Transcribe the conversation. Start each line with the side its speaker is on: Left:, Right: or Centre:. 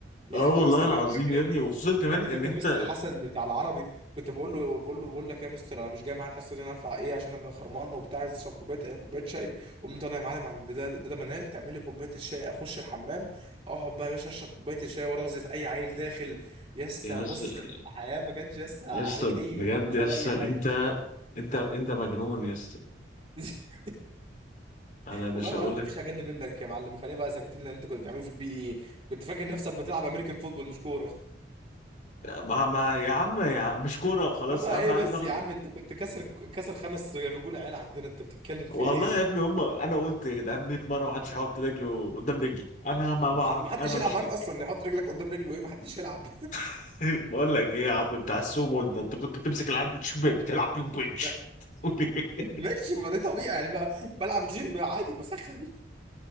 Right: يا
Left: اه
Right: لهوي
Left: والله
Right: يا اسطى بجد
Left: العظيم
Right: فاكر
Left: يا
Right: يا
Left: ابني
Right: ابني يا
Left: وخصوصا كمان
Right: ابني
Left: ان
Right: فاكر
Left: انت
Right: مستر حسن بتاع العربي كنت بقول له بقول له بقول لك يا مستر انا مش جاي معايا الحصه دي انا هطلع ايه عشان انا خرمان وبتاع عايز اشرب كوبايه كوبايه شاي قوم طالع يا معلم عند ده ده, ده منال تعمل لي كوبايه الشاي اخش الحمام اقعد بقى يا باشا اشرب كوبايه الشاي وارغي في اي عيل داخل يسا
Left: يا اسطى
Right: بص كده حياه ما كانش يسا عليك
Left: يا اسطى بجد
Right: اي هموم
Left: يا
Right: ولا
Left: اسطى
Right: اي حاجه
Left: انت انت انت مجنون يا اسطى
Right: <laughs>
Left: انا مش
Right: والله يا
Left: هقول
Right: معلم
Left: لك
Right: مفيش اجن منك يا معلم خلينا بقى ساكتين لان انت كنت بتعمله في البي اي كنت فاكر نفسك بتلعب امريكان فوتبول مش كوره
Left: ما ما يا عم يا عم مش كوره وخلاص
Right: ماما
Left: اهم
Right: ايه
Left: حاجه
Right: بس
Left: بناخد
Right: يا عم انت كنت كسر كسر خمس رجول عيال عندنا انت بتتكلم
Left: والله
Right: في ايه
Left: يا ابني هم انا قلت يا جدعان 100 مره محدش هيحط رجله قدام رجلي انا ما
Right: ما
Left: بعرف
Right: حد- ما حدش
Left: انا بمشي
Right: يلعب معاك
Left: كده
Right: اصلا يحط رجلك قدام رجله ايه ما حدش يلعب
Left: <laughs> بقول لك ايه يا عم بتاع السومو انت انت كنت بتمسك العيال بتشبه بتلعب بيهم بنش
Right: <laughs> لا،
Left: <laughs>
Right: ماشي ما ده طبيعي يعني بقى بلعب جيم عادي بسخن